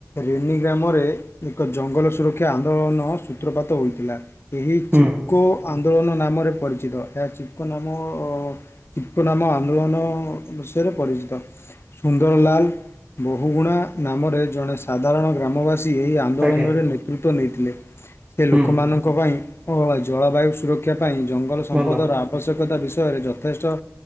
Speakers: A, on the left (about 60°); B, on the right (about 20°).
A: ରେନି ଗ୍ରାମରେ ଏକ ଜଙ୍ଗଲ ସୁରକ୍ଷା ଆନ୍ଦୋଳନ ସୂତ୍ରପାତ ହୋଇଥିଲା। ଏହି
B: ହୁଁ
A: ଚିକ୍କୋ ଆନ୍ଦୋଳନ ନାମରେ ପରିଚିତ ଏହା ଚିକ୍କୋ ନାମ ଅ ଚିପୋ ନାମ ଆନ୍ଦୋଳନ ବିଷୟରେ ପରିଚିତ। ସୁନ୍ଦରଲାଲ ବୋହୁଗୁଣା ନାମରେ ଜଣେ ସାଧାରଣ ଗ୍ରାମବାସୀ ଏହି ଆନ୍ଦୋଳନରେ
B: ଆଜ୍ଞା
A: ନେତୃତ୍ୱ ନେଇଥିଲେ ସେ ଲୋକମାନଙ୍କ
B: ହୁଁ
A: ପାଇଁ ହ ଜଳବାୟୁ ସୁରକ୍ଷା ପାଇଁ ଜଙ୍ଗଲ ସମ୍ପଦର
B: ଭଲ
A: ଆ ଆବଶ୍ୟକତା ବିଷୟରେ ଯଥେଷ୍ଟ